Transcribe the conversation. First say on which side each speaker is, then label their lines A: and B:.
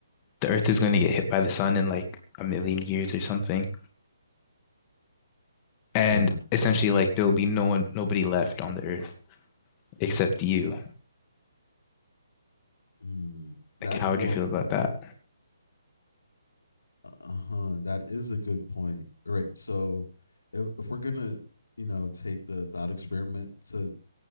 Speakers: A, on the left; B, on the left.
A: the Earth is going to get hit by the sun in like a million years or something, and
B: Yeah.
A: essentially, like there will be no one, nobody left on the Earth except you.
B: Mm,
A: Like,
B: that
A: how would
B: well,
A: you feel about that?
B: Uh-huh. That is a good point. Right. So if, if we're gonna, you know, take the thought experiment to